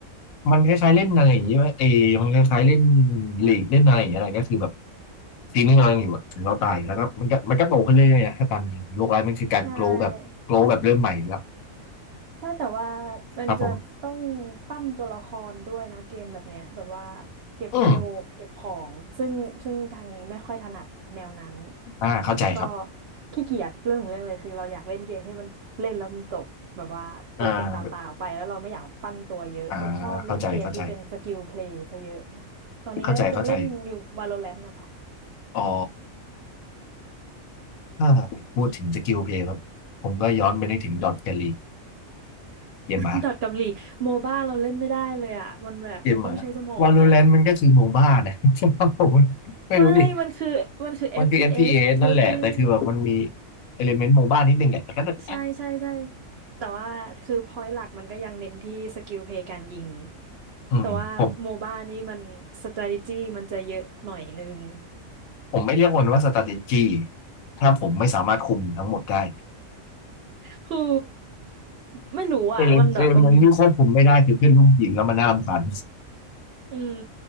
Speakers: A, on the left; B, on the right.
A: มันคล้ายๆเล่นอะไรอย่างเงี้ยเออมันคล้ายๆเล่นลีกเล่นอะไรอย่างเงี้ยอะไรก็คือแบบซีนงเรายังอยู่อะถึงเราตายแล้วก็มันก็มันก็โตขึ้นเรื่อยๆนะถ้าตามจริงโลกไร้ายมันคือการโกลแบบโกลแบบเริ่มใหม่อยู่แล้ว
B: ใช่ ถ้าแต่ว่ามันจะต้องปั้นตัวละครด้วยนะเกมแบบเนี้ยแบบว่า
A: ครับผม
B: เก็บเวลเก็บของซึ่งซึ่งทางนี้ไม่ค่อยถนัดแนวนั้น
A: อืมอ่าเข้าใจครับ
B: ก็ขี้เกียจเรื่องของเรื่องเลยคือเราอยากเล่นเกมที่มันเล่นแล้วมันจบแบบว่าจบเป็นตาตาไปแล้วเราไม่อยากปั้นตัวเยอะจะชอบเล่นเกมที่เป็นสกิลเพลย์ซะเยอะ
A: อ่าอ่าเข้าใจเข้าใจ
B: ตอนนี้ก็จะเล่นอยู่
A: เข้าใจเข้าใจ
B: Valorant นะคะ
A: อ๋อถ้าพูดถึงสกิลเพลย์ครับ ผมก็ย้อนไปนึกถึงดอทแกลลีเกมหมา
B: <laughs> ดอทกับลีโมบ้าเราเล่นไม่ได้เลยอ่ะมันแบบมันต้องใช้สมองอ่ะ
A: เกมหมาวาโลแรนต์มันก็คือโมบ้านะ <laughs> ผมไม่รู้ดิ
B: ไม่มันคือมันคือ FPS
A: มันคือเ p สนั่นแหละ
B: shooting
A: แต่คือแบบมันมีเอลิเมนต์โมบ้านิดนึงแหละแต่ก็จะแอ๊ะ
B: ใช่ใช่ใช่แต่ว่าคือ point หลักมันก็ยังเน้นที่สกิลเพลย์การยิง
A: อืมผม
B: แต่ว่าโมบ้านี่มัน strategy มันจะเยอะหน่อยนึง
A: ผมไม่เรียกมันว่า strategy ถ้าผมไม่สามารถคุมทั้งหมดได้
B: <laughs> คือไม่รู้อ่ะ
A: เอลิเมนต์ที่ควบคุมไม่ได้คือเพื่อนร่วมทีมแล้วมันน่ารำคาญ
B: มันแบบมันอืม